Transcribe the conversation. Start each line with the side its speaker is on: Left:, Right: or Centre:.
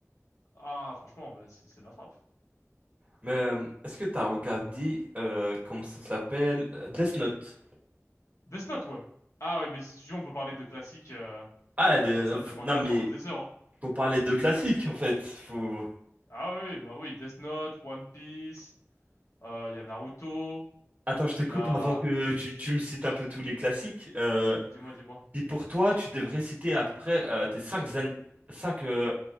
Left: ah franchement bah, c'est c'est de la frappe.
Right: Mais euh, est-ce que t'as regardé, euh, comment ça s'appelle? Euh, Death Note.
Left: Death Note ouais. Ah ouais mais si tu veux on peut parler de classiques euh,
Right: Ah, de- euh,
Left: comme ça
Right: f-
Left: de manga
Right: non, mais
Left: pendant des heures. hein.
Right: faut parler de classique en fait. Faut.
Left: Ah oui, bah oui, Death Note, One Piece, Euh, Il y a Naruto,
Right: Attends, je te coupe
Left: il y a
Right: avant que
Left: Bleach.
Right: tu, tu me cites un peu tous les classiques. Euh,
Left: Dis-moi, dis-moi.
Right: et pour toi, tu devrais citer à peu près euh, tes cinq an- cinq, euh,